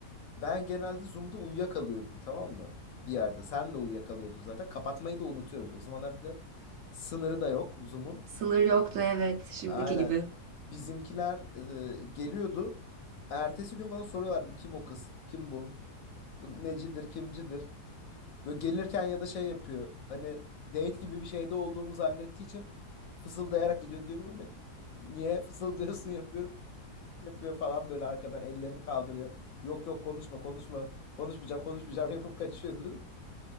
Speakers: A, on the left (about 65°); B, on the right (about 65°).
A: Ben genelde Zoom'da uyuyakalıyordum tamam mı? Bir yerde. Sen de uyuyakalıyordun zaten. Kapatmayı da unutuyoruz. O zamanlar bir de sınırı da yok Zoom'un.
B: Sınır yoktu evet şimdiki
A: Aynen.
B: gibi.
A: Bizimkiler e, geliyordu. Ertesi gün bana soruyorlardı kim o kız? Kim bu? Bu necidir, kimcidir. Böyle gelirken ya da şey yapıyor. Hani date gibi bir şeyde olduğumu zannettiği için fısıldayarak gidiyor diyorum hani. Niye fısıldıyorsun <laughs> yapıyorum. Yapıyor falan böyle arkadan ellerini kaldırıyor. Yok yok konuşma konuşma. Konuşmayacağım konuşmayacağım <laughs> yapıp kaçıyordu.